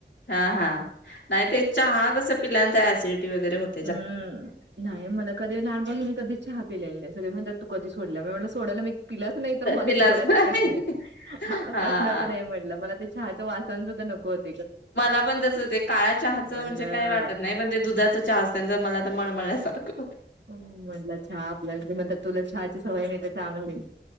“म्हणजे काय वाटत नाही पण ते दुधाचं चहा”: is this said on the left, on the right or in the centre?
Left